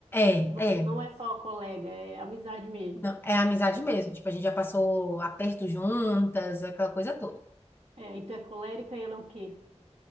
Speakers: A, on the left; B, on the right.
A: É,
B: que você
A: é.
B: não é só colega, é amizade mesmo.
A: Não, é amizade mesmo. Tipo, a gente já passou aperto juntas, aquela coisa toda.
B: É, e tu é colérica e ela é o quê?